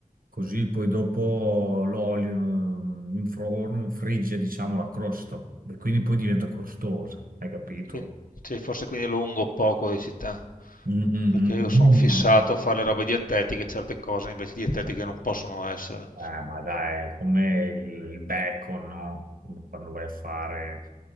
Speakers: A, on the right; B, on the left.
A: così poi dopo l'olio mm, in forno frigge, diciamo, la crosta e quindi poi diventa crostosa, hai capito?
B: Quin- sì, forse quindi lungo o poco di città,
A: Mm, mm,
B: perché io
A: mm.
B: sono fissato a fare le robe dietetiche, certe cose invece dietetiche non possono essere.
A: Eh, ma dai, è come il bacon, no? Quando vai a fare,